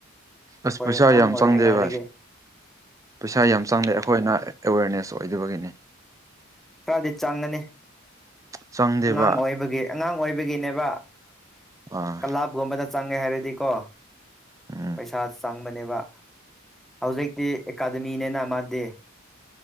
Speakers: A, in the centre; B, on the right.
A: ꯑꯩꯈꯣꯏ
B: ꯑꯁ ꯄꯩꯁꯥ
A: ꯑꯉꯥꯡ
B: ꯌꯥꯝ
A: ꯑꯣꯏꯔꯤꯉꯩꯗꯒꯤ
B: ꯆꯪꯖꯩ ꯚꯥꯏ ꯄꯩꯁꯥ ꯌꯥꯝ ꯆꯪꯗꯦ ꯑꯩꯈꯣꯏꯅ ꯑꯦꯋꯦꯔꯅꯦꯁ ꯑꯣꯏꯗꯕꯒꯤꯅꯤ
A: ꯈꯔꯗꯤ ꯆꯪꯒꯅꯤ
B: ꯆꯪꯗꯦꯕ
A: ꯑꯉꯥꯡ ꯑꯣꯏꯕꯒꯤ ꯑꯉꯥꯡ ꯑꯣꯏꯕꯒꯤꯅꯦꯕ
B: ꯑꯥ
A: ꯀꯂꯥꯞꯒꯨꯝꯕꯗ ꯆꯉꯦ ꯍꯥꯏꯔꯗꯤ ꯀꯣ
B: ꯎꯝ
A: ꯄꯁꯥ ꯆ ꯕ ꯍꯧꯖꯤꯛꯇꯤ ꯑꯦꯀꯥꯗꯃꯤꯅꯦꯅ ꯃꯥꯟꯗꯦ